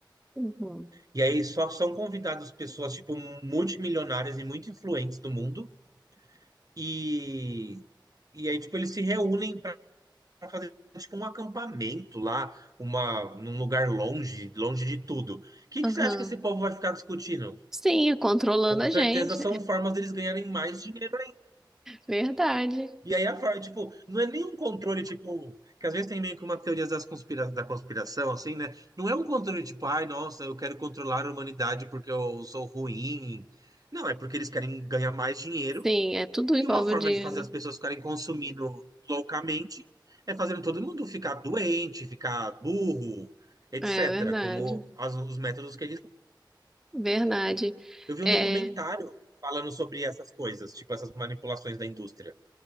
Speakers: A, in the centre; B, on the right.
A: Uhum.
B: E aí só são convidadas pessoas, tipo, multimilionárias e muito influentes do mundo. E, e aí, tipo, eles se reúnem para fazer, tipo, um acampamento lá, uma, num lugar longe, longe de tudo. O que
A: Aham.
B: que você acha que esse povo vai ficar discutindo?
A: Sim, é controlando
B: Com
A: a
B: certeza
A: gente.
B: são formas deles ganharem mais dinheiro
A: Verdade.
B: E aí a Freud, tipo, não é nem um controle, tipo, que às vezes tem meio que uma teoria das conspira da conspiração, assim, né? Não é um controle tipo, ai, nossa, eu quero controlar a humanidade porque eu sou ruim. Não, é porque eles querem ganhar mais dinheiro
A: Sim, é tudo envolve
B: e uma forma
A: o dinheiro.
B: de fazer
A: né?
B: as pessoas ficarem consumindo loucamente é fazendo todo mundo ficar doente, ficar burro, etc.,
A: É verdade.
B: como as- os métodos que eles.
A: Verdade.
B: Eu vi
A: É,
B: um documentário falando sobre essas coisas, tipo, essas manipulações da indústria.